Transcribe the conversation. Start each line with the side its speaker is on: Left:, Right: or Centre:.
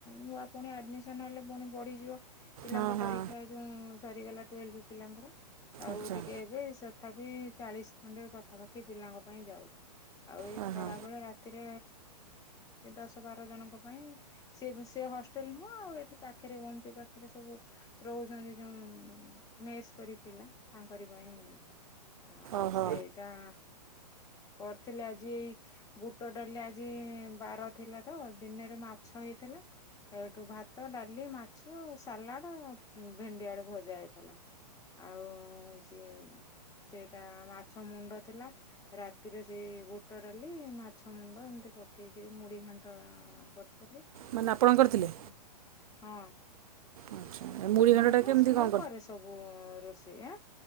Left: ନୂଆ ପୁଣି ଆଡମିସନ୍ ହେଲେ ପୁଣି ବଢିଯିବ। ପିଲାଙ୍କ
Right: ହଁ
Left: ପରୀକ୍ଷା
Right: ହଁ
Left: ଯୋଉଁ ସରିଗଲା ଟୁଏଲଭ୍ ପିଲାଙ୍କର। ଆଉ
Right: ଆଚ୍ଛା
Left: ଟିକେ ଏବେ ସଥାପ ବି ଚାଳିଶ ଖଣ୍ଡେ ପାଖାପାଖି ପିଲାଙ୍କ ପାଇଁ ଯାଉଚି। ଆଉ ଏଇ
Right: ଓହୋ
Left: ଖରା ବେଳେ ରାତିରେ ସେ ଦଶ ବାର ଜଣଙ୍କ ପାଇଁ ସେ ସେ ହଷ୍ଟେଲ ନୁହଁ। ଏଠି ପାଖରେ ଓମପି ପାଖରେ ସବୁ ରହୁଛନ୍ତି ଯୋଉଁ ମେସ୍ କରି ପିଲା। ତାଙ୍କରିପାଇଁ। ଆଉ
Right: ଓହୋ
Left: ସେଇଟା କରିଥିଲେି ଆଜି ଏଇ ବୁଟ ଡାଲି ଆଜି ବାର ଥିଲା ତ ଦିନରେ ମାଛ ହେଇଥିଲା। ଏଇଠୁ ଭାତ, ଡାଲି, ମାଛ, ସାଲାଡ୍ ଉଁ, ଭେଣ୍ଡି ଆଳୁ ଭଜା ହେଇଥିଲା। ଆଉ ସିଏ ସେଇଟା ମାଛ ମୁଣ୍ଡ ଥିଲା ରା ତିରେ ସେ ବୁଟ ଡାଲି ମାଛ ମୁଣ୍ଡ ଏମିତି ପକେଇକିରି ମୁଢି ଘାଣ୍ଟ କରି ଥିଲି,
Right: ମାନେ ଆପଣ କରିଥିଲେ
Left: ତାପରେ ହଁ
Right: ଆଚ୍ଛା ଏ ମୁଢ଼ି ଘାଣ୍ଟଟା
Left: ମୁଁ ହଁ
Right: କେମିତି
Left: ମୁଁ
Right: କ'ଣ
Left: କରେ ସବୁ ରୋଷେଇ। ଏଁ,